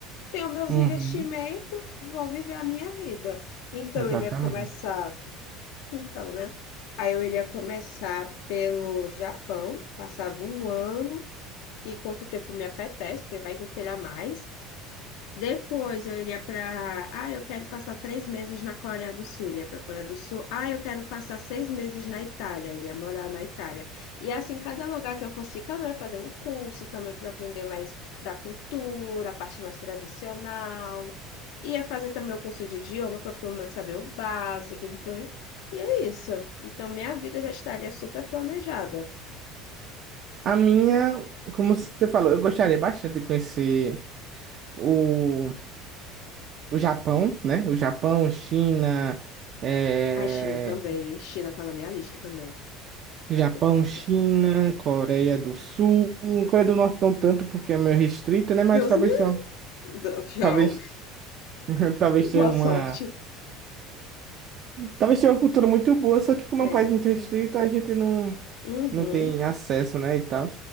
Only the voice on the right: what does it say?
Uhum,
exatamente.
A minha, como você falou, eu gostaria bastante de conhecer o, o Japão, né? O Japão, China, eh,
Japão,
China, Coreia do Sul. Coreia do Norte não tanto porque é meio restrita, né? Mas
talvez
tenha,
talvez, <laughs> talvez
tenha
uma,
talvez tenha uma cultura muito boa, só que como
é um país muito
restrito, a gente não
não tem acesso, né, e tal.